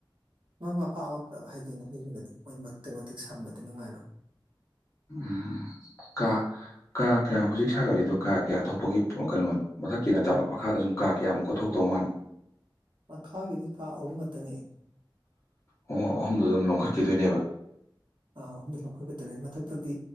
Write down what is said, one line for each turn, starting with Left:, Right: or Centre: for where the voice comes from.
Right: ꯃꯃꯥ ꯃꯄꯥ ꯑꯃ ꯄꯨꯂꯞ ꯍꯩꯗꯣꯏꯅ ꯍꯩꯔꯒꯗꯤ ꯃꯣꯏ ꯃꯇꯤꯦꯛ ꯃꯇꯤꯦꯛ ꯁꯝꯕꯗꯤ ꯅꯨꯡꯉꯥꯏꯔꯣꯏ
Left: ꯎꯝ ꯀꯥ ꯀꯥ ꯀꯌꯥ ꯍꯧꯖꯤꯛ ꯁꯥꯒꯠꯂꯤꯏꯗꯣ ꯀꯥ ꯀꯌꯥ ꯊꯣꯛꯄꯒꯤ ꯀꯩꯅꯣꯅꯣ ꯃꯊꯛꯀꯤ ꯅꯠꯇꯕ ꯃꯈꯥꯗ ꯁꯨꯝ ꯀꯥ ꯀꯌꯥꯃꯨꯛ ꯀꯣꯊꯣꯛꯇꯧ ꯃꯥꯥꯟꯜꯂꯤꯒꯦ
Right: ꯃꯈꯥꯒꯤꯗꯤ ꯀꯥ ꯑꯍꯨꯝ ꯈꯛꯇꯅꯤ
Left: ꯑꯣ ꯑꯍꯨꯝꯗꯨꯗ ꯑꯗꯨꯝ ꯂꯧꯈꯠꯈꯤꯗꯣꯏꯅꯦꯕ
Right: ꯑꯍꯨꯝꯗ ꯂꯧꯈꯠꯀꯗ꯭ꯔꯦ ꯃꯊꯛꯇꯗꯤ